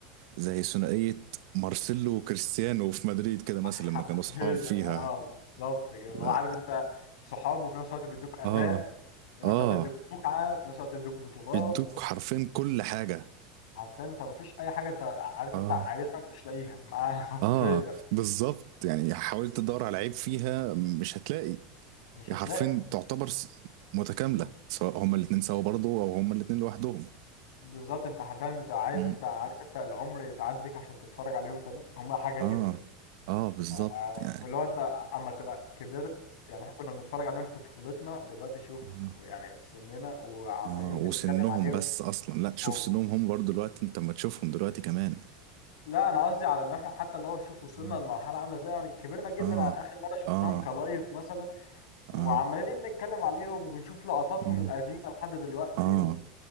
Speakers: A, on the right; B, on the left.
A: زي ثنائية مارسيلو وكريستيانو في مدريد كده
B: <laughs>
A: مثلا
B: حرفيا
A: لما كانوا أصحاب فيها
B: اه بالظبط كده اللي
A: لا
B: هو عارف انت صحاب وفي نفس الوقت بيدوك اداء
A: اه
B: في في نفس
A: آه
B: الوقت بيدوك متعه في نفس الوقت بيدوك بطولات
A: بيدوك حرفيا كل حاجة
B: عارفين انت مفيش اي حاجه انت عارف
A: اه
B: انت عايزها مش لاقيها معاه <laughs> حرفيا
A: آه بالظبط يعني حاولت تدور على عيب فيها مش هتلاقي
B: مش
A: هي
B: هتلاقي
A: حرفيا تعتبر س- متكاملة سواء هما الاتنين سوا برضه أو هما الاتنين لوحدهم
B: بالظبط انت حرفيا بتبقى عايز
A: مم.
B: انت عارف انت العمر يتعاد بيك عشان تتفرج عليهم تاني هم حاجه
A: آه
B: كده
A: آه بالظبط
B: ف-
A: يعني
B: واللي هو انت اما تبقى كبرت يعني احنا كنا بنتفرج عليهم في طفولتنا دلوقتي شوف
A: آه
B: يعني سننا وعمالين
A: آه وسنهم
B: بنتكلم عليهم
A: بس أصلا لا شوف
B: اوف
A: سنهم هم برضه دلوقتي أنت ما تشوفهم دلوقتي كمان
B: لا انا قصدي على ان احنا حتى اللي هو شوف وصلنا
A: آه
B: لمرحله عامله ازاي يعني كبرنا جدا
A: آه
B: عن اخر مره شفناهم
A: آه
B: كلايف مثلا وعمالين
A: اه
B: نتكلم عليهم وبنشوف لقطاتهم
A: مم.
B: القديمه لحد دلوقتي
A: اه